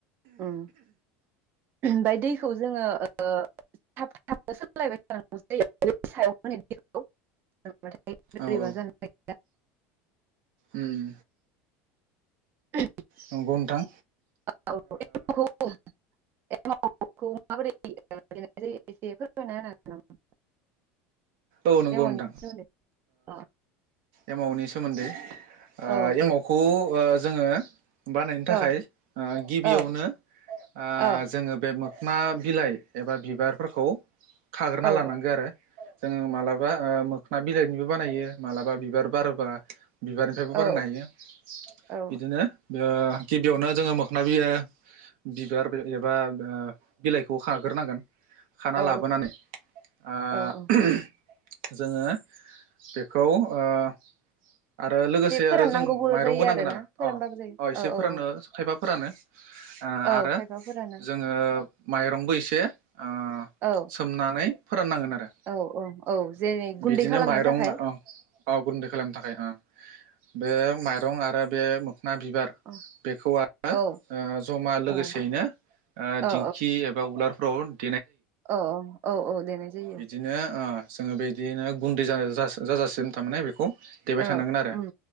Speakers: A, on the right (about 35°); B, on the right (about 70°).
A: उ ओमफ्राय दैखौ जोङो थाब थाबनो सोमलायबाय थानांगौ जायो सायाव होनाय दैखौाथाय बोरैबा
B: औ औ
A: जानो
B: उम
A: <unintelligible>
B: नंगौ नोंथां औ नंगौ
A: हागोन
B: नोंथां
A: नामा लेमननि सोमोन्दै औ
B: एमाउनि सोमोन्दै आ
A: ओ
B: एमावखौ बा जोङो बानायनो थाखाय
A: ओ
B: ओ गिबियावनो
A: ओ
B: ओ
A: औ
B: जोङो बे मो ना बिलाइ एबा बिबारफोरखौ खाग्रोना
A: औ
B: लानांगो आरो जोङो मालाबा ओ मोखना बिलाइनिबो बानायो मालाबा बिबार बारोबा बिबारनिफ्रायबो बारनो
A: औ
B: हायो
A: औ
B: बिदिनो <unintelligible> गिबियावनो जोङो मोखना बियो बिबार बो एबा ओ बिलाइखौ खाग्रोनांगोन। खाना
A: औ
B: लाबोनानै ओ
A: औ औ
B: जोङो बेखौ ओ <unintelligible> आरो लोगोसे
A: जे फोराननांगौबो
B: आरो जों माइरंबो
A: जायो
B: नांगोन
A: आरोना
B: आरो
A: फोरानबाबो
B: अ
A: जायो
B: अ एसे
A: औ
B: फोरानोनो
A: औ
B: खायफा फोरानो ओ
A: औ
B: आरो
A: औ खायफा फोरानो
B: जोङो माइरंबो एसे ओ
A: औ
B: सोमनानै फोराननांगोन आरो
A: औ औ औ जेरै
B: बिदिनो
A: गुन्दै खालामनो
B: माइरं
A: थाखाय
B: ओ औ गुन्दै खालामनो थाखाय ओ बे माइरं आरो बे ना बिबार
A: औ
B: बेखौ आरो
A: औ
B: ओ जमा लोगोसेयैनो
A: औ
B: ओ
A: औ
B: दिंखि एबा उलार <unintelligible>
A: औ औ औ औ देनाय जायो।
B: बिदिनो ओ जोङो बिदिनो गुन्दै जा-जा-जाजासिगनो थामाने बेखौ देबाय
A: औ
B: थानांगोन आरो
A: उम